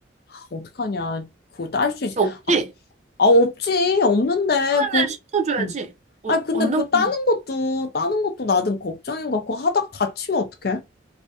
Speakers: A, on the left (about 50°); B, on the right (about 35°).
A: 아, 어떡하냐. 그거 딸 수 있,
B: 없지?
A: 아, 아, 없지. 없는데.
B: 그러면은
A: 그거,
B: 시켜줘야지.
A: 응.
B: 어,
A: 아니, 근데
B: 원동기
A: 그거 따는 것도, 따는 것도 나든 걱정인 것 같고, 하다 다치면 어떡해?